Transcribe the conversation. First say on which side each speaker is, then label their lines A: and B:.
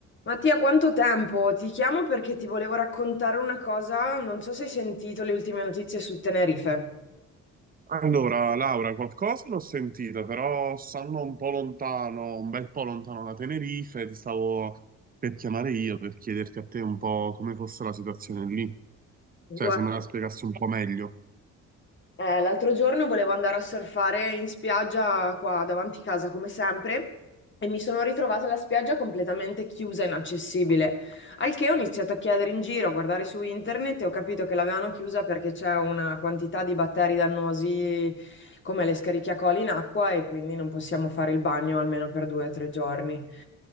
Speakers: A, on the left (about 40°); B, on the right (about 30°).
A: Mattia, quanto tempo? Ti chiamo perché ti volevo raccontare una cosa, non so se hai sentito le ultime notizie su Tenerife.
B: Allora, Laura, qualcosa l'ho sentita, però stanno un po' lontano, un bel po' lontano da Tenerife, e ti stavo per chiamare io per chiederti a te un po' come fosse la situazione lì,
A: Guarda.
B: cioè se me la spiegassi un po' meglio.
A: Eh, l'altro giorno volevo andare a surfare in spiaggia qua davanti casa, come sempre, e mi sono ritrovata la spiaggia completamente chiusa e inaccessibile. Al che ho iniziato a chiedere in giro, a guardare su internet e ho capito che l'avevano chiusa perché c'è una quantità di batteri dannosi come le Escherichia coli in acqua e quindi non possiamo fare il bagno almeno per due o tre giorni.